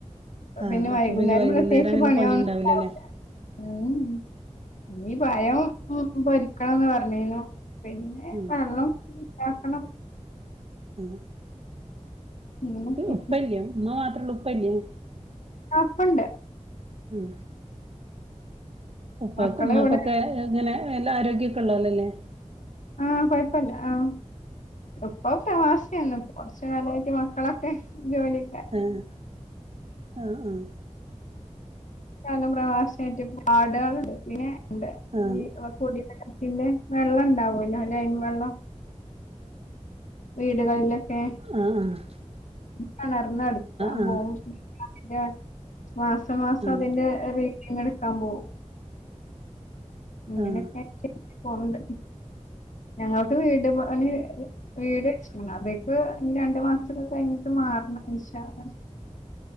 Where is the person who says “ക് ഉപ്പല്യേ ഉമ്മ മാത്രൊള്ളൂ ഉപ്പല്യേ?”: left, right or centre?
Right